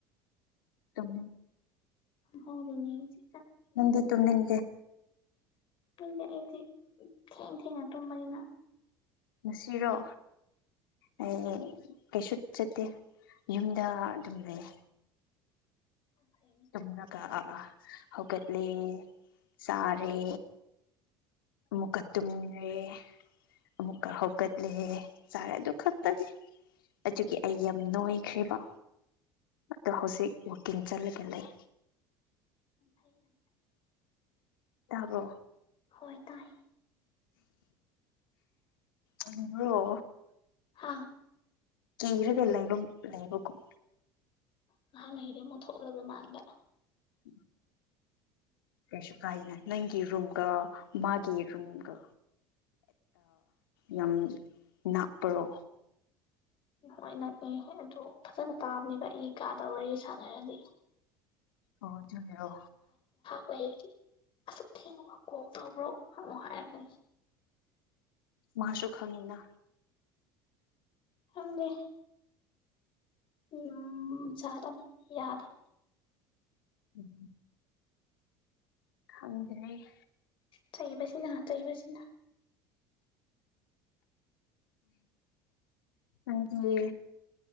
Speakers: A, on the left (about 75°); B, on the left (about 45°).
A: ꯇꯝ
B: ꯍꯥꯎꯗꯅꯤ ꯍꯧꯁꯤ
A: ꯅꯗ ꯇꯅꯦꯟ
B: ꯗ ꯑꯩꯗꯤ ꯊꯦꯡ ꯊꯦꯡꯅ ꯇꯨꯝꯕꯅꯤꯅ
A: ꯉꯅꯨꯡꯁꯤꯔꯣ ꯑꯩ ꯀꯩꯁꯨ ꯆꯠꯇꯦ ꯌꯨꯝꯗ ꯑꯗꯨꯝ ꯂꯩ
B: ꯑ ꯐ
A: ꯆꯨꯝꯂꯒ ꯍꯧꯒꯠꯂꯦ ꯆꯥꯔꯦ ꯑꯃꯨꯛꯀ ꯇꯨꯝꯂꯦ ꯑꯃ ꯑꯃꯨꯀ ꯍꯒꯠ ꯂꯩ ꯆꯥꯔꯦ ꯗꯨꯈ ꯇꯅꯦ ꯑꯗꯨꯒꯤ ꯑꯩ ꯌꯥꯝ ꯅꯨꯡꯉꯥꯏꯈ꯭ꯔꯦꯔꯤꯕ ꯑꯗꯣ ꯍꯧꯖꯤꯛ ꯋꯀꯤꯡ ꯆꯠꯂꯒ ꯂꯩ
B: ꯉꯐꯥꯏ
A: ꯇꯕꯣ
B: ꯍꯣꯏ ꯇꯥꯏ
A: ꯑꯗꯨ꯭ꯔꯣ
B: ꯑ
A: ꯀꯔꯒ ꯂꯩꯕꯨꯝ ꯂꯩꯕꯒꯨꯝ
B: ꯅꯍꯥꯛꯅ ꯍꯔ ꯑꯃꯨꯛ ꯊꯣꯛꯣꯛꯂꯕ ꯃꯥꯟꯕ
A: ꯎꯝ ꯀꯩꯁꯨ ꯀꯥꯏꯗꯅ ꯅꯪꯒꯤ ꯔꯨꯝꯒ ꯃꯥꯒꯤ ꯔꯨꯝꯒ ꯌꯥꯝ ꯅꯥꯞꯄꯔꯣ
B: ꯍꯣꯏ ꯅꯛꯑ ꯑꯗꯨ ꯐꯖꯅ ꯇꯥꯕꯅꯤꯕ ꯑꯩ ꯀꯥꯗ ꯋꯥꯔꯤ ꯁꯥꯟꯅꯔꯗꯤ
A: ꯑꯣꯖꯅꯦꯔꯣ
B: ꯑꯣꯏ ꯑꯁꯨꯛ ꯊꯦꯡꯉꯕꯣ ꯀꯣꯛ ꯇꯧꯕ꯭ꯔꯣ ꯑꯃꯨꯛ ꯍꯥꯏꯔꯒ
A: ꯃꯥꯁꯨꯛ ꯍꯅꯤꯅꯥ
B: ꯊꯃꯦ ꯎꯝ ꯗ ꯃꯅꯤ ꯌꯥꯗ
A: ꯎꯝ ꯍꯗꯦ
B: ꯆꯩꯕꯁꯤꯅ ꯆꯩꯕꯁꯤꯅ
A: ꯎꯝ ꯑꯗꯨ